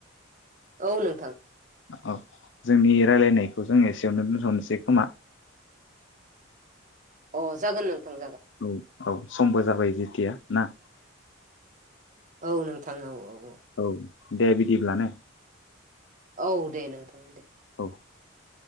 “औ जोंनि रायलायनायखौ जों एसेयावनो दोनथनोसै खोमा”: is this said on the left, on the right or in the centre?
Left